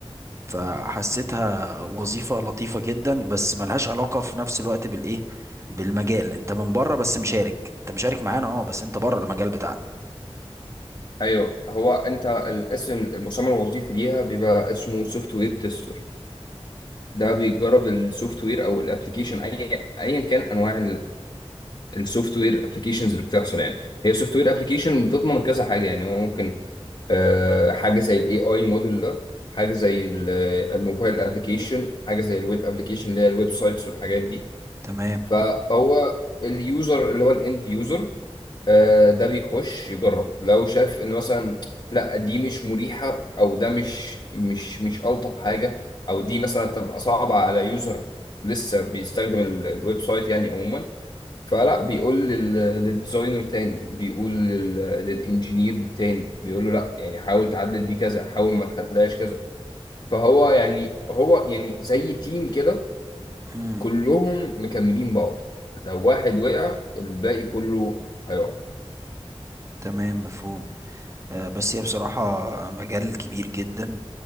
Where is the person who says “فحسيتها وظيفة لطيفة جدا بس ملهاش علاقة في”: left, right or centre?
Right